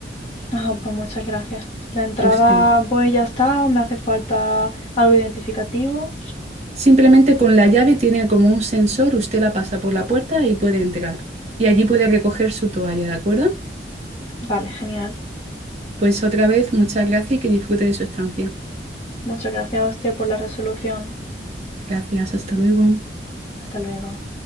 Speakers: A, on the left (about 35°); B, on the right (about 40°).
A: Ah, pues muchas gracias. ¿La entrada
B: A usted.
A: voy ya está o me hace falta algo identificativo?
B: Simplemente con la llave tiene como un sensor, usted la pasa por la puerta y puede entrar. Y allí puede recoger su toalla, ¿de acuerdo?
A: Vale, genial.
B: Pues otra vez, muchas gracias y que disfrute de su estancia.
A: Muchas gracias a usted por la resolución.
B: Gracias, hasta luego.
A: Hasta luego.